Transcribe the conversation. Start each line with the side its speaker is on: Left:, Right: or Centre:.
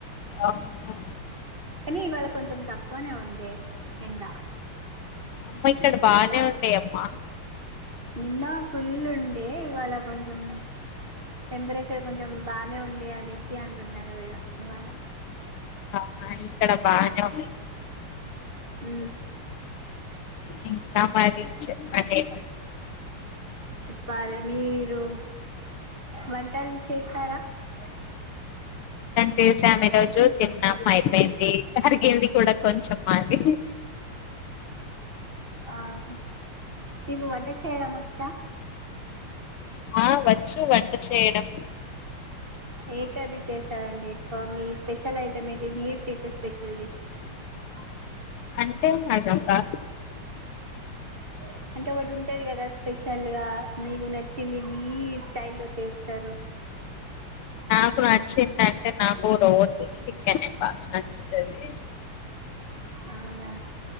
Left: అవును
Right: కానీ ఇవాళ కొంచెం తక్కువనే ఉండే ఎండ
Left: అమ్మ ఇక్కడ బానే
Right: ఇవాళ
Left: ఉండే అమ్మా
Right: నిన్న ఫుల్ ఉండే ఇవాళ కొంచెం టెంపరేచర్ కొంచెం బానే ఉంది అనేసి అంటున్నారు ఇగ ఇవాళ
Left: ఆ ఇక్కడ బానే ఉన్
Right: ఉ
Left: ఇంకా మరి చె అదె
Right: చెప్పాలె మీరు వంటలు చేశారా ఆ
Left: చేశాం ఈరోజు తిన్నాం అయిపోయింది అరిగింది కూడా కొంచెం మాది
Right: ఆహ మీకు వంట చేయడం వచ్చా
Left: ఆ వచ్చు వంట చేయడం
Right: ఏ కర్రీ చేస్తారండి ఎక్కువ మీ స్పెషల్ ఐటమ్ ఏంటి మీరు చేసే స్పెషల్ డి అవు
Left: అంటే మజాకా
Right: అ అంటే ఒకటి ఉంటది కదా స్పెషల్ గా మీకు నచ్చింది మీ స్టైల్ లో చేస్తారు అ
Left: నాకు నచ్చిందంటె నాకు రోజ్ చికనే బాగా నచ్చుతది
Right: అవ్నా